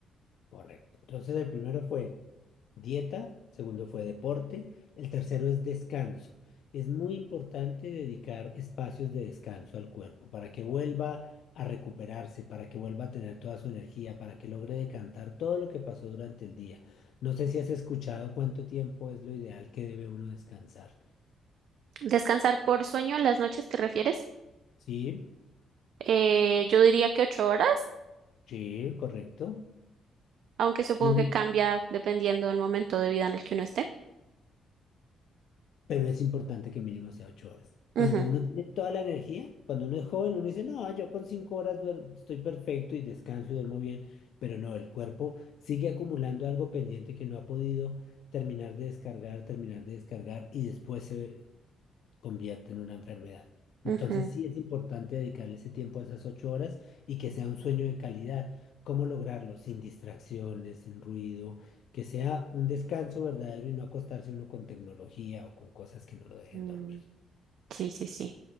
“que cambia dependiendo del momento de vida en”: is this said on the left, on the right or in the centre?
Right